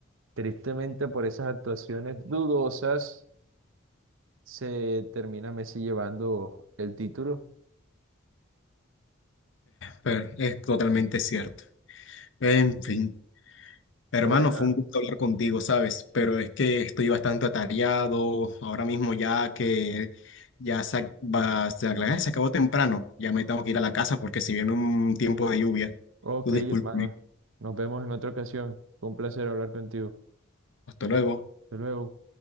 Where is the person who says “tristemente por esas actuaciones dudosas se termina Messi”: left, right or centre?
Right